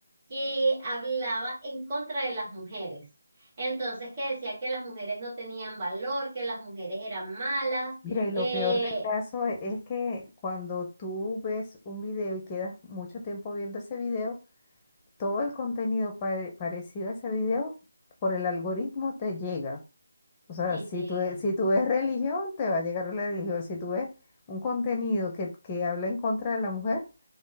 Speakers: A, on the right; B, on the left.
A: que hablaba en contra de las mujeres. Entonces, que decía que las mujeres no tenían valor, que las mujeres eran malas.
B: Mira, y
A: Eh,
B: lo peor del caso e- es que cuando tú ves un video y quedas mucho tiempo viendo ese video, todo el contenido pare- parecido a ese video por el algoritmo te llega. O sea,
A: te
B: si
A: llega.
B: tú, eh, si tú ves religión, te va a llegar la religión. Si tú ves un contenido que, que habla en contra de la mujer,